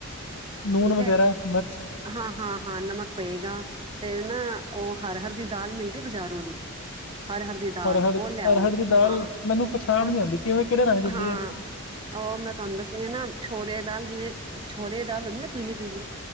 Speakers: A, on the left; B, on the right.
A: ਨੂਨ
B: ਠੀਕ
A: ਵਗੈਰਾ
B: ਹੈ
A: ਮਰਚ
B: ਹਾਂ, ਹਾਂ, ਹਾਂ ਨਮਕ ਪਏਗਾ। ਤੇ ਨਾ ਉਹ ਹਰ ਹਰ ਦੀ ਦਾਲ ਮਿਲਦੀ ਬਾਜ਼ਾਰੋਂ ਦੀ। ਹਰ ਹਰ ਦੀ ਦਾਲ
A: ਅਰਹੜ
B: ਉਹ ਲੈ ਆਓ,
A: ਅਰਹੜ ਦੀ ਦਾਲ
B: ਹਾਂ
A: ਮੈਨੂੰ ਪਛਾਣ
B: ਉਹ ਚ
A: ਨੀ ਆਉਂਦੀ ਕਿਵੇਂ ਕਿਹੜੇ ਰੰਗ ਦੀ ਹੁੰਦੀ
B: ਹਾਂ।
A: ਹੈ
B: ਓਹ ਮੈਂ ਤੁਹਾਨੂੰ ਦੱਸਨੀ ਆਂ ਨਾ, ਛੋਲੇਆਂ ਦੀ ਦਾਲ, ਜਿਵੇਂ ਛੋਲੇਆਂ ਦੀ ਦਾਲ ਹੁੰਦੀ ਨਾ ਪੀਲੀ-ਪੀਲੀ